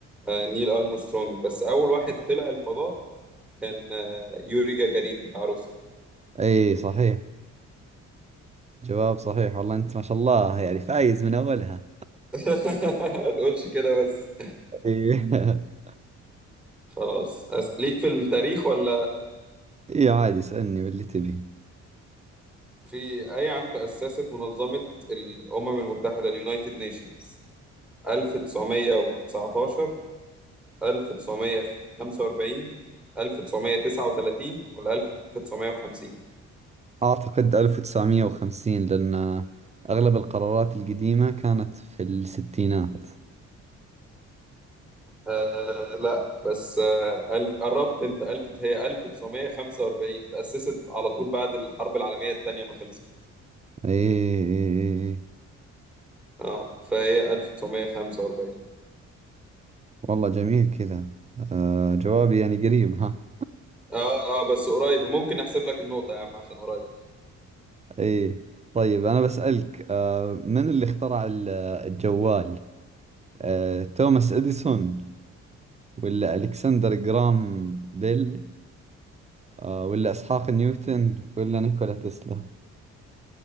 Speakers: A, in the centre; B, on the right.
A: آه نيل ارمسترونج بس اول واحد طلع الفضاء كان آه يوري جاجارين بتاع روسيا
B: اي صحيح جواب صحيح والله انت ما شاء الله يعني فايز من اولها
A: <laughs> ما تقولش كده بس
B: ايه <laughs>
A: خلاص أس... ليك في التاريخ ولا
B: ايه عادي اسألني باللي تبي
A: في اي عام تأسست منظمة الأمم المتحدة اليونايتد نيشنز 1919 1945 1939 ولا 1950
B: أعتقد 1950 لأن أغلب القرارات القديمة كانت في الستينات
A: آه لا بس آه ألف قربت أنت ألف هي 1945 تأسست على طول بعد الحرب العالمية التانية ما خلصت
B: ايه إيه، إيه.
A: اه فهي 1945
B: والله جميل كذا آه جوابي يعني قريب ها
A: اه اه بس قريب ممكن نحسب لك النقطة يا عم عشان قريب
B: <laughs> ايه طيب أنا بسألك آه من اللي اخترع ال- الجوال آه توماس إديسون ولا ألكسندر جرام بيل آه ولا إسحاق نيوتن ولا نيكولا تسلا